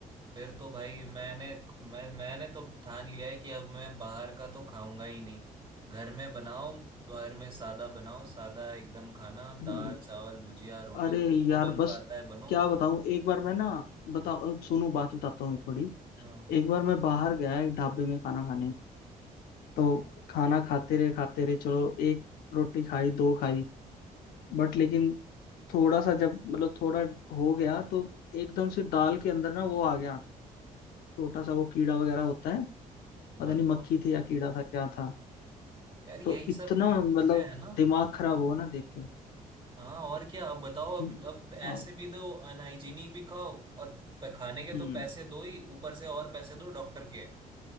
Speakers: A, on the right; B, on the left.
A: फिर तो भाई मैंने मैं मैंने तो ठान लिया है कि अब मैं बाहर का तो खाऊंगा ही नहीं घर में बनाओ घर में सादा बनाओ सादा एकदम खाना दाल
B: हम्म,
A: चावल भुजिया रोटी
B: अरे
A: जो
B: यार
A: बन
B: बस
A: पाता है बनो
B: क्या बताऊं एक बार मैं ना बताओ अब सुनो बात बताता हूँ एक बड़ी
A: हाँ
B: एक बार मैं बाहर गया एक ढाबे में खाना खाने तो खाना खाते रहे खाते रहे चलो एक रोटी खाई दो खाई बट लेकिन थोड़ा सा जब मतलब थोड़ा हो गया तो एकदम से दाल के अंदर ना वो आ गया छोटा सा वो कीड़ा वगैरह होता है पता
A: बताओ
B: नहीं मक्खी थी या कीड़ा था क्या था
A: यार यही
B: तो इतना
A: सब दिक्कतें
B: मतलब
A: हैं ना
B: दिमाग खराब हुआ ना देख के
A: हाँ और क्या अब बताओ अब
B: हम्म
A: अब
B: हाँ,
A: ऐसे भी दो अनहाइजीनिक भी खाओ और प- खाने के
B: हम्म
A: तो पैसे दो ही ऊपर से और पैसे दो डॉक्टर के